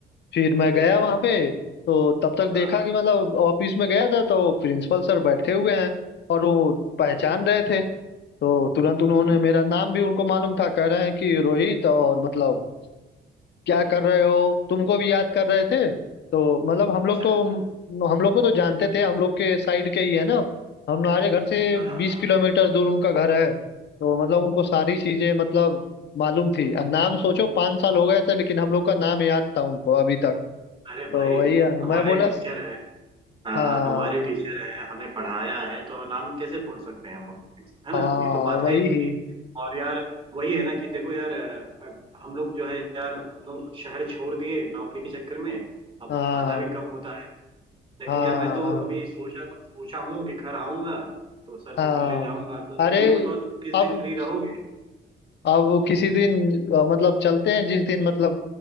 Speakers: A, on the left (about 60°); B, on the right (about 25°).
A: फिर मैं गया
B: अच्छा अच्छा
A: वहाँ पे तो तब तक देखा
B: हाँ हाँ
A: कि मतलब ऑफिस में गया था तो प्रिंसिपल सर बैठे हुए हैं और वो पहचान
B: हम्म
A: रहे थे तो तुरंत उन्होंने
B: हम्म हम्म,
A: मेरा नाम भी उनको मालूम था कह रहे हैं कि रोहित और मतलब क्या कर रहे हो तुमको भी याद कर रहे थे तो मतलब हम लोग
B: अच्छा
A: तो
B: अच्छा
A: हम लोग को तो जानते थे हम लोग के साइड के ही है ना हमारे घर से
B: हाँ
A: बीस
B: हाँ
A: किलोमीटर दूर उनका घर है तो मतलब उनको सारी
B: हाँ,
A: चीजें मतलब मालूम थी और नाम सोचो पाँच साल हो गए थे लेकिन हम लोग का नाम याद था उनको अभी तक
B: अरे भाई
A: तो वही है
B: हमारे
A: मैं बोला
B: टीचर हाँ
A: हाँ
B: हाँ हमारे टीचर है हमें पढ़ाया है तो नाम कैसे भूल सकते हैं वो है
A: हाँ
B: ना ये तो बात
A: वही
B: है
A: ही
B: और यार वही है ना कि देखो यार अ, हम लोग जो है यार हम लोग शहर छोड़ दिए नौकरी के चक्कर में अब
A: हाँ
B: आना भी कम होता है लेकिन
A: हाँ
B: यार मैं तो
A: हाँ
B: अभी सोचा सोचा हूँ कि घर आऊंगा तो सर
A: हाँ
B: से मिलने जाऊंगा तो तुम
A: अरे
B: ये बताओ तुम किस
A: अब
B: दिन फ्री रहोगे
A: अब वो किसी दिन अ, मतलब चलते हैं जिस दिन मतलब